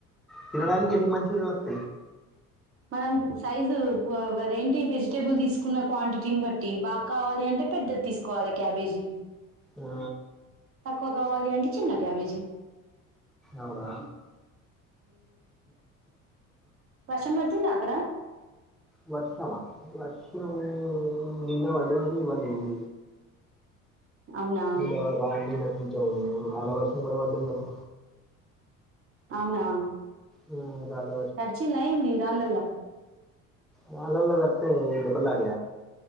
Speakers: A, in the centre; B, on the right.
A: కిరడానికి ఎన్ని మంచూరి లేత
B: మనం సైజు అదేంటి వెజిటేబుల్ తీసుకున్న క్వాంటిటీని బట్టి బాగా కావాలి అంటే పెద్దది తీసుకోవాలి క్యాబేజీ
A: ఆ
B: తక్కువ కావాలి అంటే చిన్న క్యాబేజీ
A: అవునా
B: కషా మతుంద అక్కడ
A: వర్షవా వర్షము నిన్న ఒడువని ఇవాళ న
B: అవునా
A: నను రాండి నా కొంచెం రాళ్ాల వర్సం కూడా పడ్డది కదా
B: అవునా
A: ఆ, రాళ్ళ
B: తడిచల ఇంది ఇ రాళ్ళలా
A: వాళల జతే డబ్బల్గ